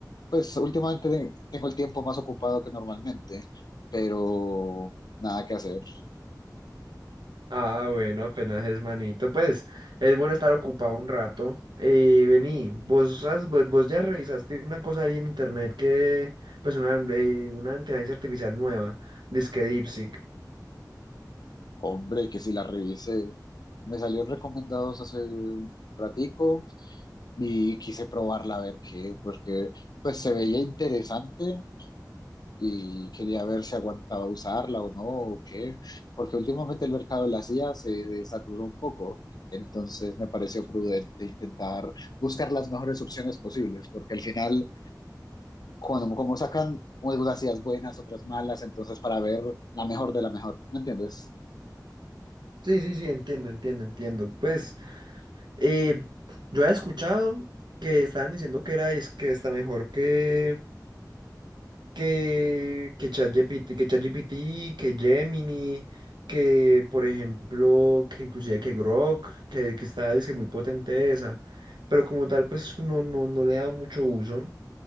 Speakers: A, on the left; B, on the right.
A: Pues últimamente te- tengo el tiempo más ocupado que normalmente, pero nada que hacer.
B: Ah, bueno, apenas es manito. Pues es bueno estar ocupado un rato. Eh, vení, vos, has- vo- vos ya revisaste una cosa ahí en internet que, pues una, eh, una inteligencia artificial nueva, dizque DeepSeek.
A: Hombre, que si la revisé. Me salieron recomendados hace un ratico y quise probarla a ver qué, pues que pues se veía interesante y quería ver si aguantaba usarla o no, o qué, porque últimamente el mercado de las IA se saturó un poco, entonces me pareció prudente intentar buscar las mejores opciones posibles, porque al final, cuando, como sacan algunas IAs buenas, otras malas, entonces para ver la mejor de la mejor, ¿me entiendes?
B: Sí, sí, sí, entiendo, entiendo, entiendo. Pues eh, yo he escuchado que estaban diciendo que era, es que está mejor que que, que ChatGPT, que ChatGPT, que Gemini, que por ejemplo, que inclusive que Grok, que, que está dice, muy potente esa, pero como tal pues no, no, no le he dado mucho uso.